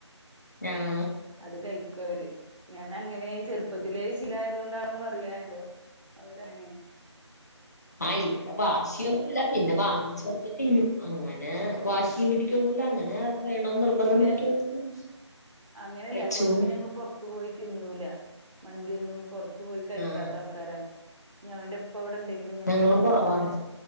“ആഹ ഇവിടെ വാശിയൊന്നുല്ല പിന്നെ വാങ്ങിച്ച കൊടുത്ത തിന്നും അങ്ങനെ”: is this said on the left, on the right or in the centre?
Left